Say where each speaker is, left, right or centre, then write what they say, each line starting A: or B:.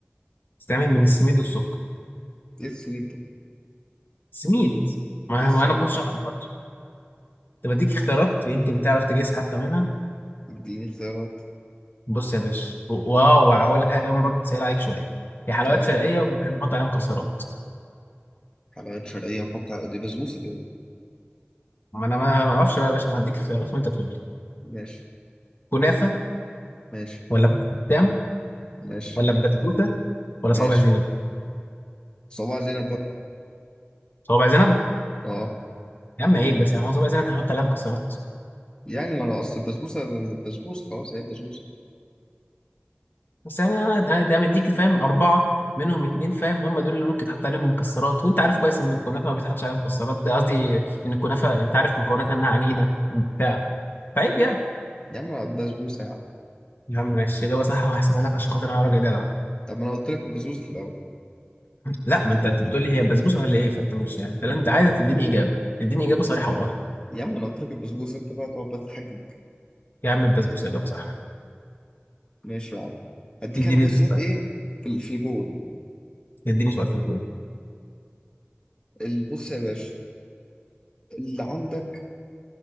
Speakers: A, on the left (about 55°); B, on the left (about 20°).
A: بتتعمل من السميد والسكر
B: ايه السويت ده
A: سميد ما
B: ايه السويت
A: ما أنا ما كنتش أعرف برضه طب أديك اختيارات يمكن تعرف تجيس حتى منها
B: اديني اختيارات
A: بص يا باشا واو هقول لك حاجة كمان برضه تسهل عليك شوية هي حلويات
B: اه
A: شرقية وبنحط عليها مكسرات
B: حلويات شرقية نحط على- دي بسبوسة كده قدام.
A: ما انا ما ما اعرفش بقى يا باشا أنا هديك خيارات وانت تقول لي
B: ماشي
A: كنافه
B: ماشي
A: ولا بلح الشام
B: ماشي
A: ولا بسبوسه ولا
B: ماشي
A: صوابع زينب
B: صباع زينب بقى
A: صوابع زينب
B: اه
A: يا عم عيب بس يعني هو صوابع زينب هنحط عليها مكسرات
B: يعني ما انا اصل البسبوسة ما أنا البسبوسة خلاص هي البسبوسة
A: بس يعني انا انا ده مديك فاهم اربعه منهم اتنين فاهم هم دول اللي ممكن تحط عليهم مكسرات وانت عارف كويس ان الكنافه ما بيتحطش عليها مكسرات ده قصدي ان الكنافه انت عارف مكوناتها انها عجينه بتاع فعيب يعني
B: يا عم البسبوسة يا عم
A: يا عم ماشي اجابه صح وهحسبها لك عشان خاطر انا راجل جدع
B: طب ما انا قلت لك البسبوسة في الاول
A: لا ما انت انت بتقول لي هي بسبوسه ولا ايه فانت مش يعني انت انت عايز تديني اجابه تديني اجابه صريحه وواضحه
B: يا عم انا قلت لك البسبوسة انت بقى تقعد بقى تتحجج
A: يا عم البسبوسه اجابه صح
B: ماشي يا عم هديك
A: اديني
B: انا بقى
A: انت
B: سؤال
A: سؤال
B: ايه في ال- في الجون
A: اديني سؤال في الجون
B: ال- بص يا باشا اللي عندك